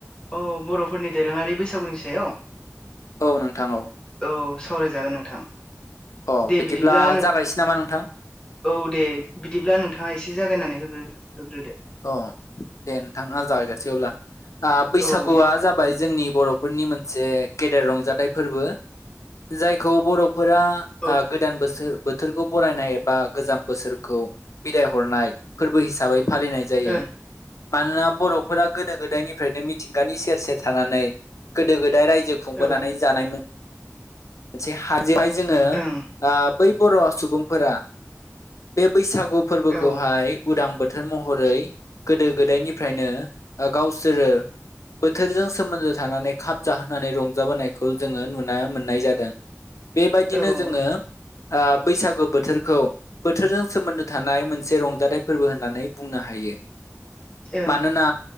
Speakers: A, on the left; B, on the left.
A: औ बर'फोरनि दोरोङारि बैसागुनि सायाव
B: औ नोंथां औ
A: औ सावरायजागोन नोंथां
B: अ
A: दे बिदिब्ला नों
B: जागायसै नामा नोंथां
A: औ दे बिदिब्ला नों नोंथाङा एसे जागायनानैरो होग्रोदो
B: अ दे नोंथां जागैगोनसै अब्ला बैसागुआ
A: औ दे
B: जाबाय जोंनि बर'फोरनि मोनसे गेदेर रंजाथाइ फोरबो जायखौ बर'फोरा
A: औ
B: ओ गोदान बोसोर बोथोर बरायनाय एबा गोजाम बोसोरखौ बिदाय हरनाय फोरबो हिसाबै फालिनाय मानोना
A: ओं
B: बर'फोरा गोदो गोदायनिफ्रायनो मिथिंगानि सेर सेर थ गोदो गोद रायजो खुंबोनानै
A: औ
B: जानाय मोनसे हाजोआवहाय जोंङो
A: ओं
B: बै बर' सुबुंफोरा बे बैसागु फोरबोखौहाय
A: औ
B: उदांबो बोथोर महरै गोदो गोदायनिफ्रायनो गावसोरो बोथारजों समोमदो थानानै खाब जाहोनानै रंजाबोनायखौ जोंङो नुनो मोननाय जादों। बेबायदिनो
A: औ ओं
B: जोंङो आ बैसागो बोथोरखौ बोथोरजों सोमोन्दो थानाय मोनसे रंजाथाइ फोरबो होननानै बुंनो हायो।
A: औ
B: मानोना